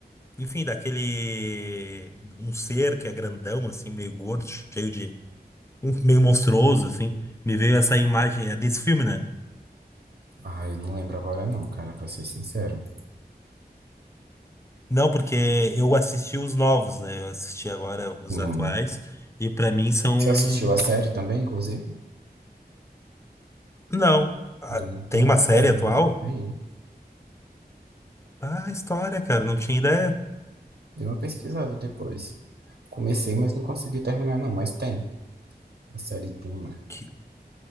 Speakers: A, on the left; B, on the right.
A: enfim, daquele um ser que é grandão assim, meio gordo, cheio de um- meio monstruoso assim. Me veio essa imagem, é desse filme, né?
B: Ah, eu não lembro agora não, cara, pra ser sincero.
A: Não, porque eu assisti os novos, né? Eu assisti agora os
B: Hum.
A: atuais e pra mim são
B: Você assistiu a série também, inclusive?
A: não. Ah,
B: Duna tem
A: Tem
B: uma
A: uma
B: série
A: série
B: agora.
A: atual?
B: Tem.
A: Ah, história, cara, não tinha ideia.
B: Dei uma pesquisada depois. Comecei, mas não consegui terminar, não. Mas tem a série Duna.
A: Que,